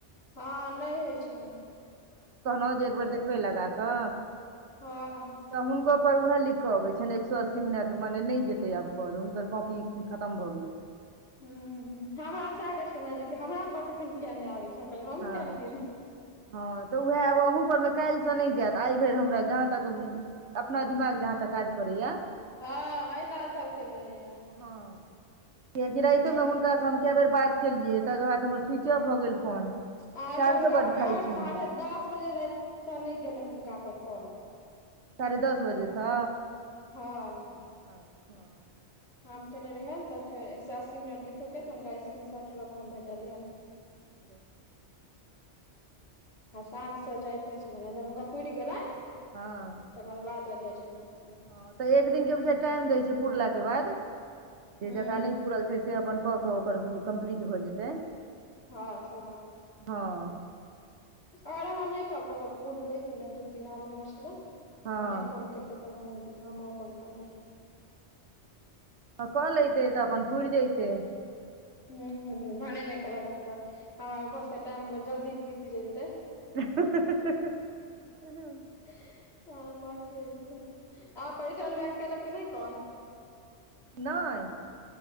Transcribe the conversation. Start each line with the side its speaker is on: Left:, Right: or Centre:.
Left: हां नै होय छै।
Right: अहां जे एक बेर देखबै लगा कै
Left: हां।
Right: तऽ हुनको पर उहै लिख कऽ अबै छैन एक सौ अस्सी मिनट मने नै जेतै आब कॉल हुनकर कॉपी खत्म भ गेल छै।
Left: हुं हमरा सैह कहै छकै नै जे हमरा पर तखन कियै नै आबे छै। हम कहलियै हम
Right: हां।
Left: किया नहि गेलियै
Right: हां तै उहै आब अहूँ पर मे काएल से नै जाएत आय भर हमरा जहाँ तक उम्म अपना दिमाग जहाँ तक काज करय यै।
Left: हँ एहिना सबके भेलैया
Right: हां कियाकि
Left: हूँ
Right: राइतै मे हुनका से हम कै बेर बात केलियै तकर बाद हमर स्विचे ऑफ भऽ गेल फोन।
Left: अहाँके
Right: चार्जो
Left: हुनका
Right: बड्ड
Left: पर
Right: खाइ छी
Left: साढ़े दस बजे राएत से नै गेलैन हुनका पर कॉल
Right: साढ़े दस बजे से
Left: हँ
Right: अच्छा
Left: हम केने रहियैन तब फेर एक सौ अस्सी मिनट देखेल कै तऽ हुनका स्क्रीन शॉट लऽ के हम भेजलियै।
Right: देख <inaudible>
Left: आ साँझ से जाएते छलैन ऐ जब हुनका पुर गेलय
Right: हां।
Left: तकर बादो जाए छलैन ऐ फोन
Right: हॅं त एक दिन के बुझाइये टाइम दै छै पुरला के बाद जे
Left: हूँ
Right: जकरा नै पूरल छै से अपन कऽ कऽ ओकर कम्प्लीट भऽ जेतै।
Left: हँ सेह बा
Right: हँ।
Left: और हम नहि कहब पूरलै कि नै दू तीन आदमी और छलै त
Right: हँ
Left: नै फोन केल कै त हमु नै हमो कोन काज ऐह।
Right: कऽ लैतै तऽ अपन पूरि जयतै।
Left: हूॅं भने नै कहलक त हमरा भ सकये टाइम जल्दी बीत जै तहि
Right: <inaudible>
Left: हँ बांकी रहि जेतै आ पर्यटन बैग केलक कि नै कॉल?
Right: नऽय।